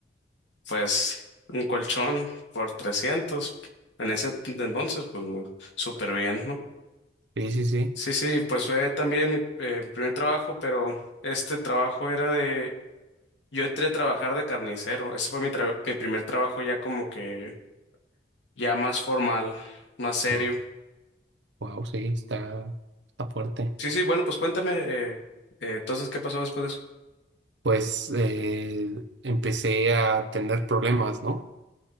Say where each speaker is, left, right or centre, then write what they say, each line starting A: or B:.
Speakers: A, on the left; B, on the right.
A: pues un colchón por 300 en ese t- entonces pues muy súper bien, ¿no?
B: Sí, sí, sí.
A: Sí, sí, pues fue también mi, eh, mi primer trabajo, pero este trabajo era de, yo entré a trabajar de carnicero, ese fue mi, tra- mi primer trabajo ya como que ya más formal, más serio.
B: Wow, wow, sí, está, está fuerte.
A: Sí, sí, bueno, pues cuéntame, eh, eh, entonces, ¿qué pasó después de eso?
B: Pues eh, empecé a tener problemas, ¿no?